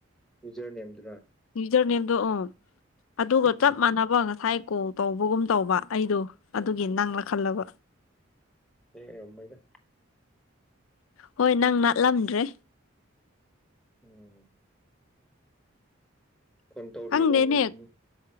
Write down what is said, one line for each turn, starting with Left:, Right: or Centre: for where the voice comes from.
Centre: ꯖꯔꯅꯤ꯭ꯔꯥ
Left: ꯅ꯭ꯌꯨꯖꯔꯂꯗꯣ ꯎ ꯑꯗꯨꯒ
Centre: ꯎꯝ
Left: ꯆꯞ ꯃꯥꯟꯅꯕ ꯉꯁꯥꯏ ꯀꯣꯜ ꯇꯧꯕꯒꯨꯝ ꯇꯧꯕ ꯑꯩꯗꯣ ꯑꯗꯨꯒꯤ ꯅꯪꯂꯪꯂꯛ ꯈꯜꯂꯕ
Centre: ꯍ ꯃꯥꯏꯗ
Left: ꯍꯣꯏ ꯅꯪ ꯉꯠꯂꯝꯗ꯭ꯔꯦ
Centre: ꯎꯝ ꯐꯣꯟ ꯇꯧꯔꯤꯕ꯭ꯔꯣ
Left: ꯈꯪꯗꯦꯅꯦ
Centre: ꯅꯪ